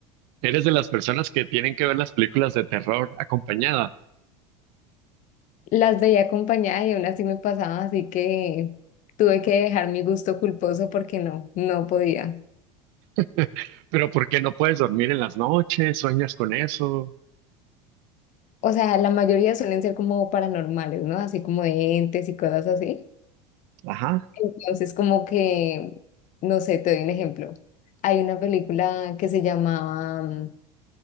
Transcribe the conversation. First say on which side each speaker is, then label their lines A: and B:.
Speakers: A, on the right; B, on the left.
A: Eres de las personas que tienen que ver las películas de terror acompañada.
B: las veía acompañada y aún así me pasaba, así que tuve que dejar mi gusto culposo porque no, no podía.
A: <laughs> Pero ¿por qué no puedes dormir en las noches? ¿Sueñas con eso?
B: O sea, la mayoría suelen ser como paranormales, ¿no? Así como de entes y cosas así.
A: Ajá.
B: Entonces, como que, no sé, te doy un ejemplo. Hay una película que se llamaba mm,